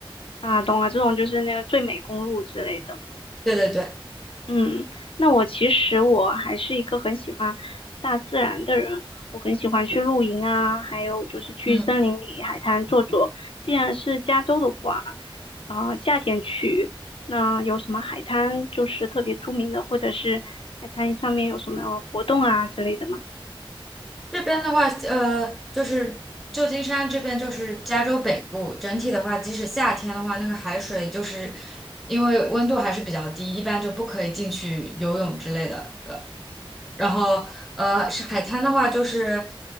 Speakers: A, on the left; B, in the centre.
A: 啊，懂了，这种就是那个最美公路之类的。
B: 对对对。
A: 嗯，那我其实我还是一个很喜欢大自然的人，我很喜欢去露营啊，还有就是去森林里、
B: 嗯。
A: 海滩坐坐。既然是加州的话，啊、夏天去，那有什么海滩就是特别出名的，或者是海滩上面有什么活动啊之类的吗？
B: 这边的话，呃，就是旧金山这边就是加州北部，整体的话，即使夏天的话，那个海水就是因为温度还是比较低，一般就不可以进去游泳之类的。呃然后呃，是海滩的话就是